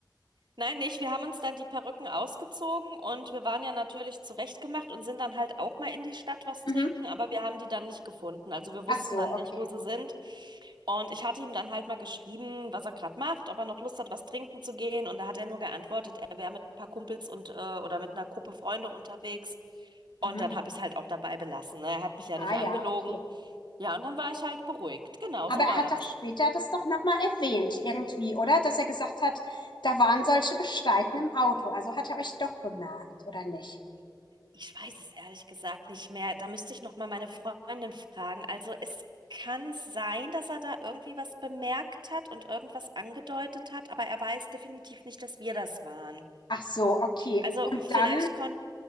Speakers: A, on the right; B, on the left.
A: Nein, nicht. Wir haben uns dann die Perücken ausgezogen und wir waren ja natürlich zurechtgemacht und sind dann halt auch mal in die Stadt was
B: Mhm.
A: trinken, aber wir haben die dann nicht gefunden. Also wir
B: Ach
A: wussten
B: so,
A: dann
B: okay.
A: nicht, wo sie sind. Und ich hatte ihm dann halt mal geschrieben, was er gerade macht, ob er noch Lust hat, was trinken zu gehen. Und da hat er nur geantwortet, er wäre mit ein paar Kumpels und äh, oder mit einer Gruppe Freunde unterwegs.
B: Mhm.
A: Und dann habe ich es halt auch dabei belassen. Ne? Er hat mich ja
B: Ah
A: nicht
B: ja,
A: angelogen.
B: okay.
A: Ja, und dann war ich halt beruhigt. Genau,
B: Aber
A: so
B: er
A: war
B: hat
A: das.
B: doch später das doch nochmal erwähnt, irgendwie, oder? Dass er gesagt hat, da waren solche Gestalten im Auto. Also hat er euch doch bemerkt, oder nicht?
A: Ich weiß es ehrlich gesagt nicht mehr. Da müsste ich noch mal meine Freundin fragen. Also es kann sein, dass er da irgendwie was bemerkt hat und irgendwas angedeutet hat, aber er weiß definitiv nicht, dass wir das waren.
B: Ach so, okay.
A: Also
B: Und
A: vielleicht
B: dann
A: konnte